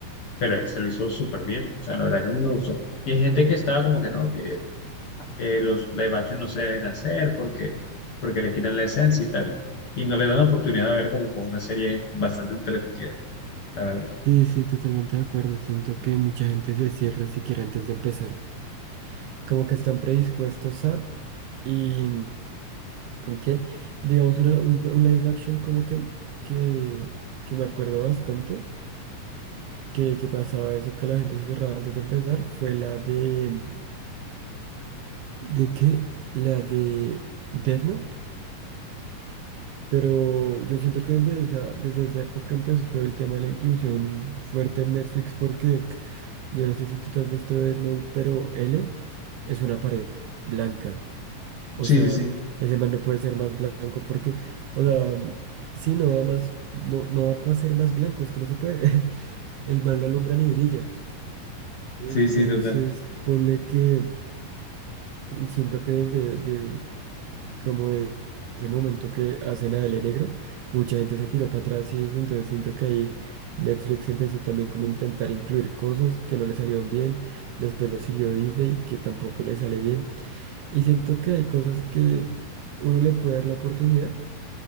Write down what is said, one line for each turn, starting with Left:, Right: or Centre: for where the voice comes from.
Left: pero este lo hizo súper bien, o sea, la verdad que a mí me gustó. Y hay gente que estaba como que no, eh, los live action no se deben hacer porque, porque le quitan la esencia y tal. Y no le dan la oportunidad de ver como con una serie bastante entretenida, la verdad.
Right: sí, sí, totalmente de acuerdo. Siento que mucha gente se cierra siquiera antes de empezar. Como que están predispuestos a... Y, y que, digamos, una, un, un live action como que, que, que me acuerdo bastante. que, que pasaba eso, que la gente se cerraba antes de empezar, fue la de... ¿De qué? La de Death Note. Pero yo siento que desde esa, desde esa época empezó todo el tema de la inclusión fuerte en Netflix porque yo no sé si tú te has visto Death Note, pero L es una pared blanca. O
Left: Sí,
Right: sea,
Left: sí, sí,
Right: ese man no puede ser más blanco porque, o sea, sí, no da más, no, no da para ser más blanco, es que no se puede. <laughs> El man no alumbra ni brilla. Entonces,
Left: sí, sí, total.
Right: ponle que... Siento que desde, de- como de ese momento que hacen a L Negro, mucha gente se tiró para atrás y desde entonces siento que ahí Netflix empezó también como a intentar incluir cosas que no le salieron bien, después lo siguió Disney, que tampoco le sale bien, y siento que hay cosas que uno le puede dar la oportunidad,